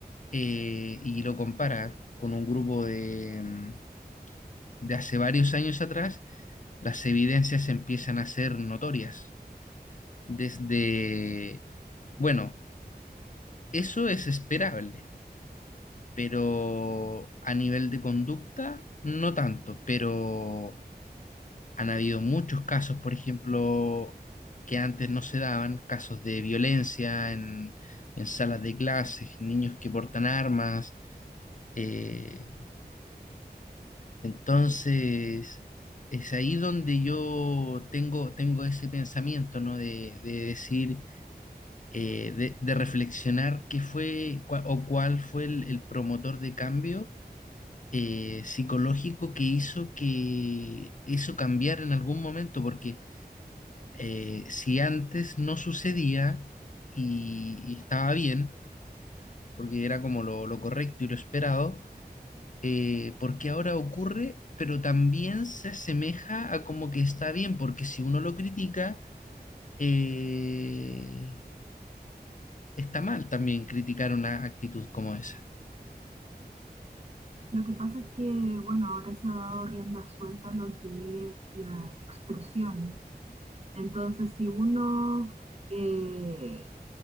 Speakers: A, on the left; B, on the right.
A: eh, y lo compara con un grupo de, mm, de hace varios años atrás las evidencias empiezan a ser notorias. Desde, bueno, eso es esperable, pero a nivel de conducta no tanto, pero han habido muchos casos, por ejemplo, que antes no se daban, casos de violencia en, en salas de clases, niños que portan armas. eh, entonces... Es ahí donde yo tengo, tengo ese pensamiento, ¿no? De, de decir, eh, de, de reflexionar qué fue cua- o cuál fue el, el promotor de cambio eh, psicológico que hizo que hizo cambiar en algún momento, porque eh, si antes no sucedía y, y estaba bien, porque era como lo, lo correcto y lo esperado, eh, ¿por qué ahora ocurre? Pero también se asemeja a como que está bien, porque si uno lo critica, eh, está mal también criticar una actitud como esa.
B: Lo que pasa es que, bueno, ahora se ha dado rienda suelta a lo que es la expresión. Entonces, si uno eh,